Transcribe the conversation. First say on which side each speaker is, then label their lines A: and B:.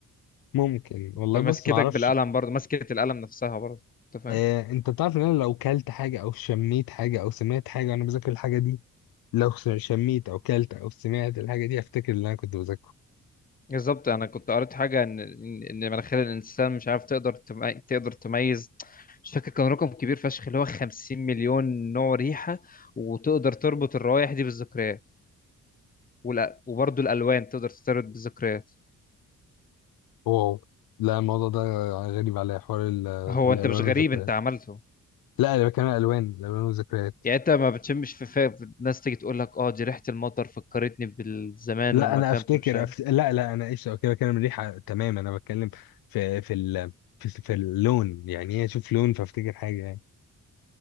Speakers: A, on the left; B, on the left.
A: ممكن
B: بمسكتك
A: والله بص ما أعرفش
B: بالقلم برضه مسكه القلم نفسها برضه انت فاهم
A: آه، أنت بتعرف إن أنا لو كلت حاجة أو شميت حاجة أو سمعت حاجة وأنا بذاكر الحاجة دي لو س- شميت أو كلت أو سمعت الحاجة دي أفتكر اللي أنا كنت بذاكره
B: بالظبط انا كنت قريت حاجه ان ان إن مناخير الانسان مش عارف تقدر تم- تقدر تميز مش فاكر كان رقم كبير فشخ اللي هو 50 مليون نوع ريحه وتقدر تربط الروائح دي بالذكريات والأ- وبرضه الالوان تقدر ترتبط بالذكريات
A: واو لا الموضوع ده غريب عليا حوار ال-
B: فهو
A: الالوان
B: انت مش غريب
A: والذكريات
B: انت عملته
A: لا انا بتكلم عن الالوان الالوان والذكريات
B: يعني انت ما بتشمش في فاق الناس تيجي تقول لك اه دي ريحه المطر فكرتني بالزمان
A: لا
B: لما
A: انا
B: كنت
A: افتكر
B: مش عارف
A: أفت... لا لا انا ايش كده بتكلم الريحه تمام انا بتكلم في في ال... في, في اللون يعني ايه اشوف لون فافتكر حاجه يعني